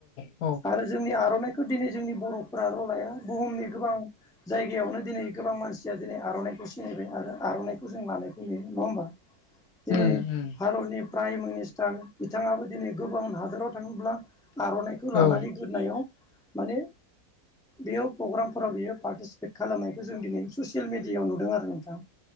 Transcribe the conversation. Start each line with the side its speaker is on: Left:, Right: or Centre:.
Left: औ।
Centre: आरो जोंनि आर'नाइखौ दिनै जोंनि बर'फोराल' लाया। बुहुमनि गोबां जायगायावनो दिनै गोबां मानसि जथिया दिनै आर'इखौ सिनायबाय आरो आर'नाइखौ जों लानायखौ नुयो नङा होमबा? दिनै
Left: उम
Centre: भारतनि प्राइम मिनिस्टार बिथाङाबो दिनै गोबां हादोराव थाङोब्ला आर'नाइखौ
Left: औ
Centre: लानानै गोदोनायाव माने बेयो प्रग्रामफोराव बियो पार्टिसिपेट खालामनायखौ जों दिनै ससियेल मिडियाआव नुदों आरो नोंथां